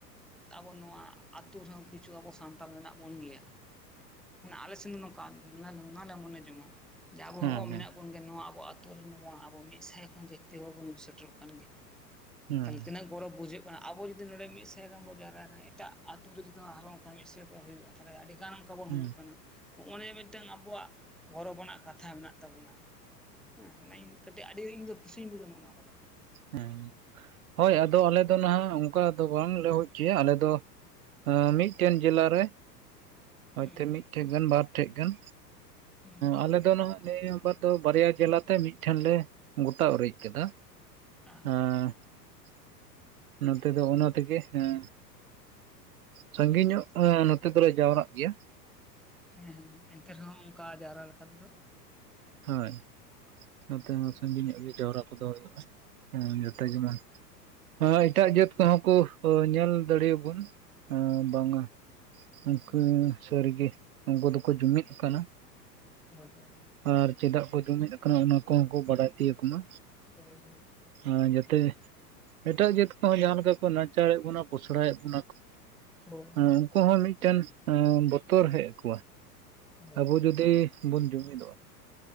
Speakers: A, in the centre; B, on the right.
A: ᱟᱵᱚ ᱱᱚᱣᱟ ᱟᱹᱛᱩ ᱨᱮᱦᱚᱸ ᱠᱤᱪᱷᱩ ᱟᱵᱚ ᱥᱟᱱᱛᱟᱲ ᱢᱮᱱᱟᱜ ᱵᱚᱱ ᱜᱮᱭᱟ ᱟᱞᱮ ᱥᱮᱱ ᱫᱚ ᱱᱚᱝᱠᱟᱱ ᱱᱚᱣᱟᱞᱮ ᱢᱚᱱᱮ ᱡᱚᱝᱟ ᱡᱮ ᱟᱵᱚ
B: ᱦᱮᱸ
A: ᱦᱚᱸᱜᱼᱚ
B: ᱦᱮᱸ
A: ᱢᱮᱱᱟᱜ ᱵᱚᱱ ᱜᱮᱭᱟ ᱱᱚᱣᱟ ᱟᱵᱚ ᱟᱛᱩᱨ ᱨᱮᱱ ᱵᱟᱝ ᱟᱵᱚ ᱢᱤᱫ ᱥᱟᱭ ᱠᱷᱚᱱ ᱡᱟᱹᱥᱛᱤ ᱦᱚᱲ ᱵᱚᱱ ᱥᱮᱴᱮᱨᱚᱜ ᱠᱟᱱ ᱜᱮᱭᱟ
B: ᱦᱮᱸ
A: ᱛᱟᱦᱞᱮ ᱛᱤᱱᱟᱹᱜ ᱜᱚᱨᱚᱵᱽ ᱵᱩᱡᱷᱟᱹᱜ ᱠᱟᱱᱟ, ᱟᱵᱚ ᱡᱩᱫᱤ ᱱᱚᱰᱮ ᱢᱤᱫ ᱥᱟᱭ ᱜᱟᱱ ᱵᱚᱱ ᱡᱟᱣᱨᱟᱭ ᱠᱟᱱᱟ ᱮᱴᱟᱜ ᱟᱛᱩ ᱨᱮ ᱡᱩᱫᱤ ᱟᱨᱚ ᱢᱤᱫ ᱥᱟᱭ ᱠᱚ ᱦᱩᱭᱩᱜᱼᱟ ᱛᱟᱦᱞᱮ ᱟᱹᱰᱤ ᱜᱟᱱ ᱚᱱᱠᱟ ᱵᱚᱱ
B: ᱦᱮᱸ
A: ᱦᱩᱭᱩᱜ ᱠᱟᱱᱟ ᱦᱚᱸᱜᱼᱚ ᱱᱤᱭᱟᱹ ᱢᱤᱫᱴᱟᱝ ᱟᱵᱚᱣᱟᱜ ᱜᱚᱨᱚᱵᱱᱟᱜ ᱠᱟᱛᱷᱟ ᱢᱮᱱᱟᱜ ᱛᱟᱵᱚᱱᱟ ᱦᱮᱸ ᱚᱱᱟ ᱤᱧ ᱠᱟᱹᱴᱤᱡ ᱟᱹᱰᱤ ᱤᱧ ᱫᱚ ᱠᱩᱥᱤᱧ ᱵᱩᱡᱟ ᱱᱚᱜ-ᱚ ᱱᱚᱣᱟ ᱠᱚᱫᱚ
B: ᱦᱩᱸ ᱦᱳᱭ ᱟᱫᱚ ᱟᱞᱮ ᱫᱚ ᱱᱟᱦᱟᱜ ᱚᱝᱠᱟ ᱫᱚ ᱵᱟᱝᱞᱮ ᱦᱩᱭ ᱦᱚᱪᱚᱭᱟ ᱟᱞᱮ ᱫᱚ ᱮᱸ ᱢᱤᱫᱴᱮᱱ ᱡᱮᱞᱟ ᱨᱮ ᱦᱚᱳᱭᱛᱚ
A: ᱦᱩᱸ
B: ᱢᱤᱫᱴᱷᱮᱡ ᱜᱟᱱ ᱵᱟᱨ ᱴᱷᱮᱡ ᱜᱟᱱ
A: ᱦᱩᱸ
B: ᱟᱞᱮ ᱫᱚ ᱱᱟᱦᱟᱜ ᱱᱤᱭᱟᱹ ᱵᱟᱨ ᱫᱚ ᱵᱟᱨᱭᱟ ᱡᱮᱞᱟᱛᱮ ᱢᱤᱫᱴᱷᱮᱱ ᱞᱮ ᱜᱚᱴᱟ ᱩᱨᱤᱡ ᱠᱟᱫᱟ,
A: ᱟᱦᱟ
B: ᱮᱸᱻ <inaudible> ᱱᱚᱛᱮ ᱫᱚ ᱚᱱᱟ ᱛᱮᱜᱮ ᱦᱮᱸ ᱥᱟᱺᱜᱤᱧᱚᱜ
A: ᱟᱪᱪᱷᱟ ᱟᱪᱪᱷᱟ
B: ᱜᱮ ᱱᱚᱛᱮ ᱫᱚᱞᱮ ᱡᱟᱣᱨᱟᱜ ᱜᱮᱭᱟ
A: ᱦᱩᱸ ᱚᱱᱛᱮ ᱦᱚᱸ ᱚᱱᱠᱟ ᱡᱟᱣᱨᱟ ᱞᱮᱠᱟ ᱛᱮᱫᱚ
B: ᱦᱳᱭ ᱚᱱᱟᱛᱮ ᱦᱚᱸ ᱥᱟᱺᱜᱤᱧ ᱧᱚᱜ ᱜᱮ ᱡᱟᱣᱨᱟ ᱠᱚᱫᱚ ᱦᱩᱭᱩᱜᱼᱟ ᱡᱟᱛᱮ ᱡᱮᱢᱚᱱ ᱦᱮᱸ ᱮᱴᱟᱜ ᱡᱟᱹᱛ ᱠᱚᱦᱚᱸ ᱠᱚ ᱧᱮᱞ ᱫᱟᱲᱮᱭᱟᱵᱚᱱ ᱵᱟᱝᱢᱟ ᱩᱱᱠᱩ
A: ᱦᱮᱸ
B: ᱥᱟᱹᱨᱤᱜᱮ ᱩᱱᱠᱩ ᱫᱚᱠᱚ ᱡᱩᱢᱤᱫ ᱠᱟᱱᱟ
A: ᱦᱚᱭ ᱦᱚᱭ ᱦᱚᱭ
B: ᱟᱨ ᱪᱮᱫᱟᱜ ᱠᱚ ᱡᱚᱢᱮᱫ ᱟᱠᱟᱱᱟ ᱚᱱᱟ ᱠᱚᱦᱚᱸ ᱠᱚ ᱵᱟᱰᱟᱭ ᱛᱤᱭᱟᱹᱜᱽ ᱢᱟ
A: ᱦᱳᱭ ᱦᱳᱭ
B: ᱟᱨ ᱡᱟᱛᱮ ᱮᱴᱟᱜ ᱡᱟᱹᱛ ᱠᱚᱦᱚᱸ ᱡᱟᱦᱟᱸ ᱞᱮᱠᱟ ᱠᱚ ᱱᱟᱪᱟᱨᱮᱫ ᱵᱚᱱᱟ ᱯᱚᱥᱲᱟᱭᱮᱫ ᱵᱚᱱᱟ ᱠᱚ
A: ᱦᱳᱭ ᱦᱳᱭ
B: ᱩᱱᱠᱩ ᱦᱚᱸ ᱢᱤᱫᱴᱮᱱ ᱵᱚᱛᱚᱨ ᱦᱮᱡ ᱟᱠᱚᱣᱟ
A: ᱦᱳᱭ
B: ᱟᱵᱚ ᱡᱩᱫᱤ ᱵᱚᱱ ᱡᱩᱢᱤᱫᱚᱜᱼᱟ